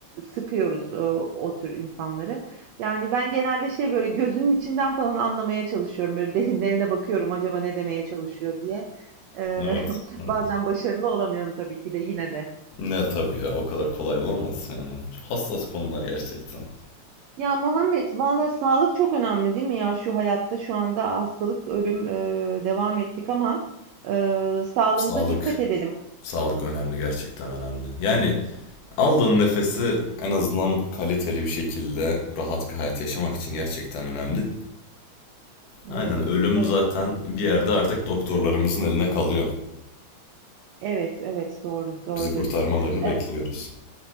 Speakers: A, on the right (about 85°); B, on the left (about 80°).
A: sıkıyoruz e, o tür insanları. Yani ben genelde şey böyle gözünün içinden falan anlamaya çalışıyorum. Böyle derinlerine bakıyorum acaba ne demeye çalışıyor diye. E,
B: Evet.
A: <laughs>
B: Evet.
A: bazen başarılı olamıyorum tabii ki de yine de.
B: Ne tabii ya o kadar kolay olamaz yani. Çok hassas konular gerçekten.
A: Ya Muhammed, valla sağlık çok önemli değil mi ya şu hayatta şu anda hastalık, ölüm e, devam ettik ama e, sağlığımıza
B: Sağlık.
A: dikkat edelim.
B: Sağlık önemli gerçekten önemli. Yani aldığın nefesi en azından kaliteli bir şekilde rahat bir hayat yaşamak için gerçekten önemli.
A: Evet,
B: Aynen ölüm
A: evet.
B: zaten bir yerde artık doktorlarımızın eline kalıyor.
A: Evet, evet doğru, doğru
B: Bizi kurtarmalarını
A: diyorsun.
B: bekliyoruz.
A: Eee,